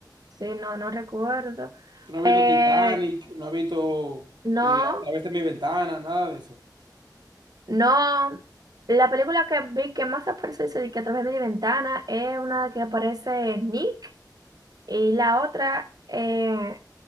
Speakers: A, on the right; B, on the right.
A: sí, no, no recuerdo.
B: Tú no has
A: Eh,
B: visto Titanic, no has visto
A: no,
B: eh, A través de mi ventana, nada de eso.
A: no, la película que vi que más aparece dice de que a través de mi ventana es una que aparece Nick y la otra, eh,